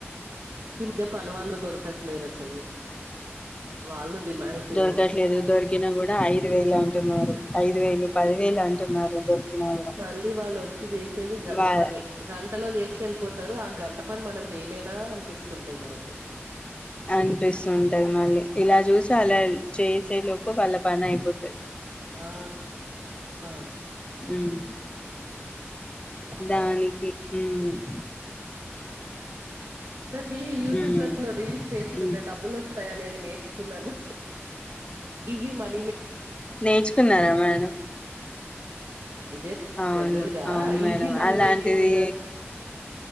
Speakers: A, on the right; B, on the left.
A: ఈ మధ్య పని వాళ్ళు దొరకట్లేరు అసలు వాళ్ళు డిమాండ్ అయిపోయారు
B: దొరకట్లేదు దొరికినా కూడా ఐదు వేలు అంటున్నారు ఐదు వేలు పది వేలు అంటున్నారు కూడా
A: మళ్ళీ వాళ్ళు ఒచ్చి చేసేది గంట
B: వా
A: పనె గంటలో చేసుకెళ్ళిపోతారు ఆ గంట పని మనం చేయలేనా అనిపిస్తుంటది మనకి
B: అనిపిస్తుంటది మళ్ళీ ఇలా చూసి తలల్ చేసే లోపు వాళ్ళ పని అయిపోతది
A: ఆ అ
B: మ్మ్ దానికి
A: ఆ.
B: మ్మ్
A: దాకి యూట్యూబ్లో
B: ఉమ్
A: రీల్స్ చేసుకుంటే
B: ఉమ్
A: డబ్బులు వస్తాయి అనేది నేర్చు కున్నారు ఈజీ మన్
B: నేర్చుకున్నారా మేడం
A: ఇదే
B: అవును
A: జనరల్ గా
B: అవును మేడం
A: ఈజీ మనీ
B: అలాంటిది
A: మేకింగ్